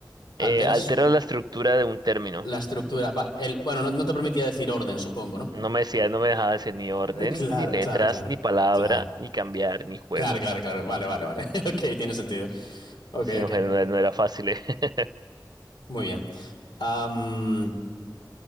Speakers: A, on the left; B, on the right.
A: Altera
B: Eh, alteras
A: su,
B: la estructura de un término.
A: la estructura. Va, el, bueno, no, no te permitía decir orden, supongo, ¿no?
B: No me decía, no me dejaba hacer ni orden,
A: Eh, Claro,
B: ni letras,
A: claro, claro.
B: ni palabra,
A: Claro,
B: ni cambiar, ni juego.
A: claro, claro, claro. Vale, vale, vale. <laughs> Ok, tiene sentido. Ok,
B: Si no,
A: ok.
B: fue- no, era no era fácil. eh. <laughs>
A: Muy bien. Am,